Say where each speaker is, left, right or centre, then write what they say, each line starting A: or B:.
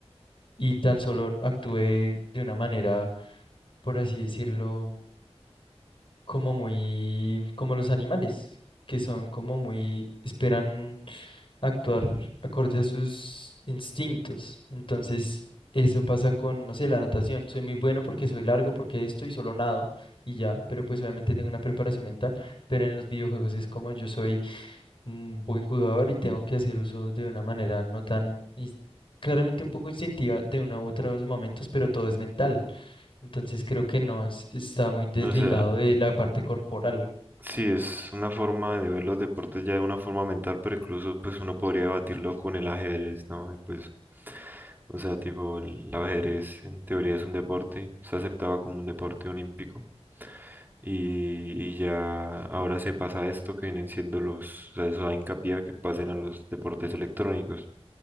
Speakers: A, on the left (about 50°); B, on the right (about 20°).
A: y tan solo actué de una manera, por así decirlo, como muy, como los animales, que son como muy, esperan actuar acorde a sus instintos. Entonces, eso pasa con, no sé, la natación. Soy muy bueno porque soy largo, porque esto y solo nado y ya, pero pues obviamente tengo una preparación mental, pero en los videojuegos es como yo soy un buen jugador y tengo que hacer uso de una manera no tan, ins- claramente un poco instintiva de uno u otro de los momentos, pero todo es mental. Entonces creo que no es- está muy desligado
B: O sea,
A: de la parte corporal.
B: sí, es una forma de ver los deportes ya de una forma mental, pero incluso pues uno podría debatirlo con el ajedrez, ¿no? Y pues, o sea, tipo, el ajedrez en teoría es un deporte, se aceptaba como un deporte olímpico. Y, y ya ahora se pasa a esto que vienen siendo los, o sea, eso da hincapié a que pasen a los deportes electrónicos.